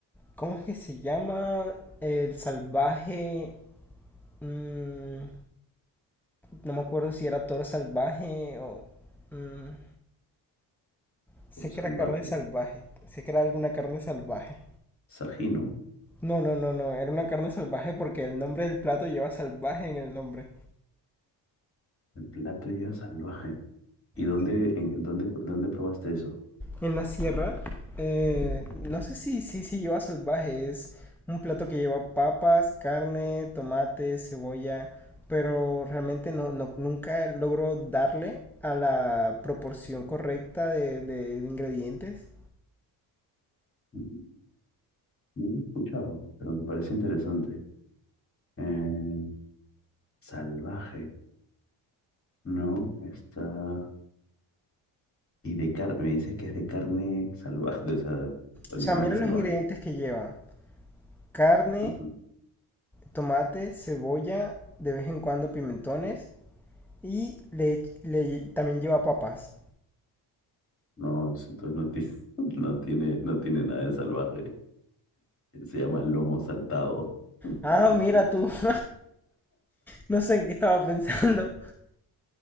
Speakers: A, in the centre; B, on the left.
A: ¿cómo es que se llama? El salvaje... mm, no me acuerdo si era toro salvaje o... mm, sé
B: Un salvaje,
A: que era carne salvaje, sé que era alguna carne salvaje.
B: Sají, ¿no?
A: No, no, no, no, era una carne salvaje porque el nombre del plato lleva salvaje en el nombre.
B: El plato ya salvaje. ¿Y dónde,
A: Sí.
B: en, dónde, dónde probaste eso?
A: En la sierra, eh, no sé si, si, si lleva salvaje, es un plato que lleva papas, carne, tomate, cebolla, pero realmente no, no- nunca logro darle a la proporción correcta de, de- de ingredientes
B: Ujú. No lo he escuchado, pero me parece interesante. Eh, Salvaje, ¿no? Está... Y de carne, me dices que es de carne <laughs> salvaje, o sea, animal
A: O sea, mira
B: salvaje.
A: los ingredientes que lleva. Carne,
B: Ujú.
A: tomate, cebolla, de vez en cuando pimentones y le, le- también lleva papas.
B: No, eso entonces no tiene, <laughs> no tiene, no tiene nada de salvaje. Se llama lomo saltado.
A: Ah,
B: <laughs>
A: mira tú. <laughs> No sé en qué estaba pensando.